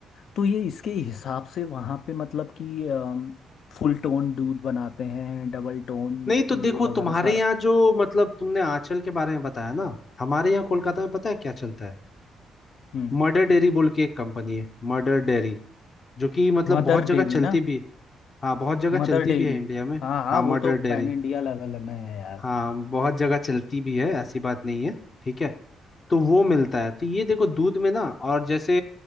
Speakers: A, on the left; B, on the left.
A: तो ये इसके हिसाब से वहां पे मतलब कि फुल टोन दूध बनाते हैं डबल टोन
B: नहीं तो देखो
A: ये
B: तुम्हारे
A: वगैरह सारा
B: यहाँ जो मतलब तुमने आंचल के बारे में बताया ना हमारे यहाँ कोलकाता में पता है क्या चलता है
A: हम्म
B: मर्डर डेयरी बोल के एक कंपनी है मर्डर डेयरी जो कि मतलब
A: मदर
B: बहुत जगह
A: डेयरी
B: चलती
A: ना
B: भी है हाँ बहुत जगह
A: Mother
B: चलती
A: Dairy
B: भी है इंडिया में
A: हाँ हाँ
B: हाँ
A: वो
B: मर्डर
A: तो
B: डेयरी
A: पैन इंडिया लेवल में है यार
B: हाँ बहुत जगह चलती भी है ऐसी बात नहीं है ठीक है तो वो मिलता है तो ये देखो दूध में ना और जैसे